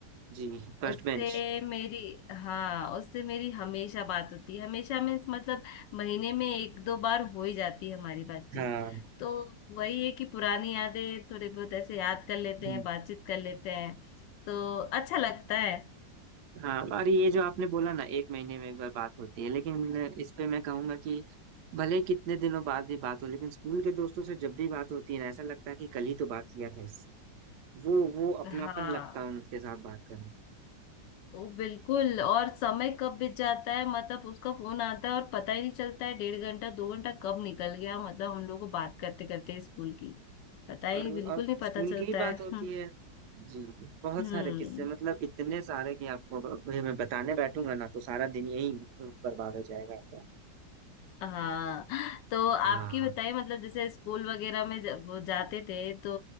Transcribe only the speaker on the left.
उससे
मेरी हाँ उससे मेरी हमेशा बात होती है हमेशा मीन्स मतलब महीने में एक दो बार हो ही जाती है हमारी बातचीत
तो वही है कि पुरानी यादें थोड़े बहुत ऐसे याद कर लेते
हैं बातचीत कर लेते हैं तो अच्छा लगता है
हाँ
ओ बिल्कुल और समय कब बीत जाता है मतलब उसका फोन आता है और पता ही नहीं चलता है डेढ़ घंटा दो घंटा कब निकल गया मतलब हम लोग को बात करते करते स्कूल की पता ही
नहीं बिल्कुल
नहीं पता
चलता
है
हम्म
हम्म,
हाँ तो आपकी
बताइए मतलब जैसे स्कूल वगैरह में जब वो जाते थे तो